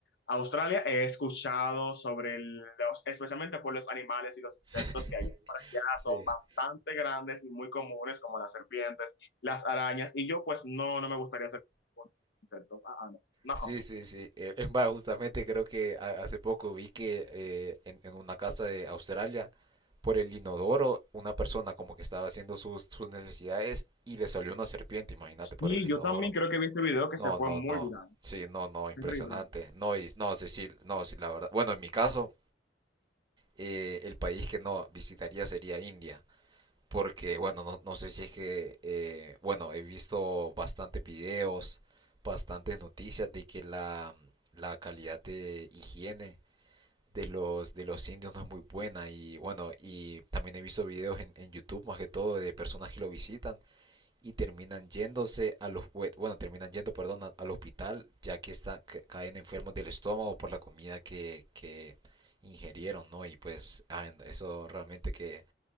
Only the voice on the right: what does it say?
<laughs>
Sí,
sí, sí, sí. Eh, Es más, justamente creo que ha- hace poco vi que eh, en, en una casa de Australia, por el inodoro, una persona como que estaba haciendo sus, sus necesidades y le salió una serpiente, imagínate,
por el inodoro.
No,
no,
no.
Sí, no, no, impresionante.
No, y, no, Cecil, no, sí, la verdad. Bueno, en mi caso, eh, el país que no visitaría sería India. Porque, bueno, no, no sé si es que, eh, bueno, he visto bastantes videos, bastantes noticias de que la, la calidad de higiene de los, de los indios no es muy buena. Y bueno, y también he visto videos en, en YouTube, más que todo, de personas que lo visitan y terminan yéndose a los, bue- bueno, terminan yendo, perdón, a- al hospital, ya que están, ca- caen enfermos del estómago por la comida que, que ingerieron, ¿no? Y pues, ah, eso realmente que